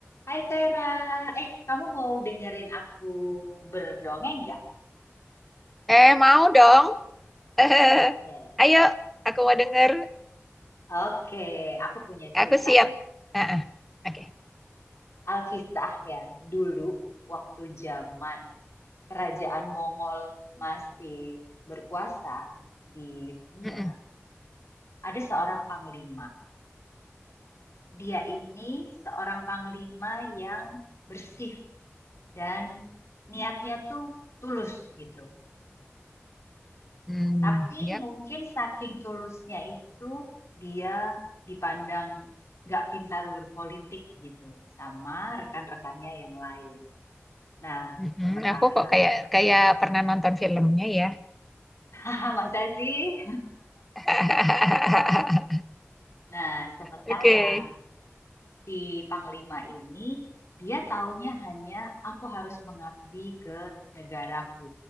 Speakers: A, on the left; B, in the centre.
A: Hai Vera, eh kamu mau dengerin aku berdongeng nggak?
B: Eh, mau dong. <laughs>
A: Iya.
B: ayo, aku mau denger.
A: Oke, aku punya cerita
B: Aku siap.
A: nih.
B: Ah, ah, Oke.
A: Alkisah ya, dulu waktu zaman kerajaan Mongol masih berkuasa di dunia,
B: Mm-mm.
A: ada seorang panglima. Dia ini seorang panglima yang bersih dan niatnya tuh tulus gitu.
B: Hmm,
A: Tapi
B: yap.
A: mungkin saking tulusnya itu dia dipandang nggak pintar berpolitik gitu sama rekan-rekannya yang lain. Nah,
B: Mm-mm.
A: sementara,
B: Aku kok kayak kayak pernah nonton filmnya ya.
A: <laughs> masa sih?
B: <laughs>
A: Nah, sementara
B: Oke.
A: si Panglima ini dia taunya hanya aku harus mengabdi ke negaraku.